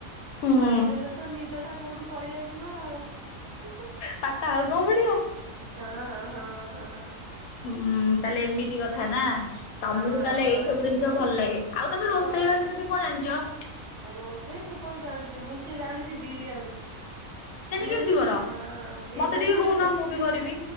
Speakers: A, on the left; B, on the right.
A: ହୁଁ।
B: ଖାଇଦେଲେତ ନିଦଟା କୋଉଠୁ ପଳିଆସି ଥିବ ଆଉ ହୁଁ ହୁଁ
A: ପାଠ ଆଉ କଣ ପଢିବ?
B: ହଁ ହଁ।
A: ହୁଁ ତାହେଲେ ଏମିତି କଥା ନା। ତମୁକୁ
B: ହଁ
A: ତାହେଲେ
B: ହଁ
A: ଏଇ ସବୁ ଜିନିଷ ଭଲଲାଗେ ଆଉ ତମେ ରୋଷେଇ
B: ଭଲ
A: ବାସ ଦିଦି କଣ ଜାଣିଚ?
B: ରୋଷେଇ ମୁଁ କଣ ଜାଣିଚି ମୁଁ ଟିକେ ଜାଣିଚି ବିରିୟାନୀ। ବିରିୟାନୀ
A: କେମିତି
B: ଖା
A: କର
B: ହଁ ହଁ ବିରିୟାନୀଟା
A: ମତେ ଟିକେ କହୁନ
B: କୁ
A: ମୁଁ ବି କରିବି